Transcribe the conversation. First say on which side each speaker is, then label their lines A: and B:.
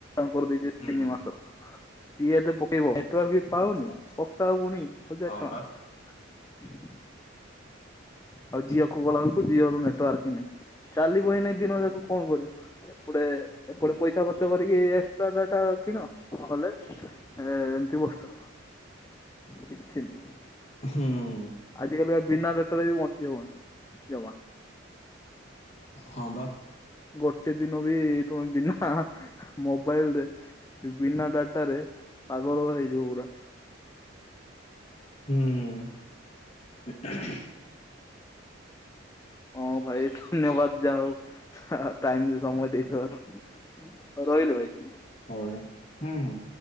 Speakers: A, on the left (about 15°); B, on the left (about 30°).
A: କରଦେଇଚି
B: ହୁଁ
A: ତିନି ମାସ ର। କିଏ ଏତେ ପକେଇବ। ନେଟୱର୍କ ବି ପାଉନି
B: ଆଛା
A: ପକ୍କା ହୋଉ ପୁଣି ହଜାରେ
B: ହଁ
A: ଟଙ୍କା।
B: ବା
A: ଆଉ ଜିଓ କକୁ ଗଲାକୁ ଜିଓ ର ନେଟୱାର୍କ ହଁ ନାଇଁ ଚାଲିବ ଏଇନା ଦିନ ଯାକ କଣ କରିବ। ଏପଟେ ଏପଟେ ପଇସା ଖର୍ଚ୍ଚ କରିକି ଏକ୍ସଟ୍ରା ଡାଟା କିଣ ନ ହେଲେ ମାନେ ଏ ଏମିତି ବୁସ୍ଟର କିଛି ନୁହଁ।
B: ହୁଁ।
A: ଆଜିକାଲି ବିନା ନେଟୱର୍କ ରେ ବି ବହଞ୍ଚି ହବନ ଜମା।
B: ହଁ ବା।
A: ଗୋଟେ ଦିନ ବି ତମେ ବିନା ମୋବାଇଲରେ ବିନା ଡାଟାରେ ପାଗଳ ହେଇଯିବ ପୁରା।
B: ହୁଁ।
A: ହଁ ଭାଇ ଧନ୍ୟବାଦ ଯା ହୋଉ ଟାଇମ୍ ବି ସମୟ ଦେଇଥିବାରୁ। ରୋହିଲୁ ଭାଇ।
B: ହଉ ହୁଁ ହୁଁ।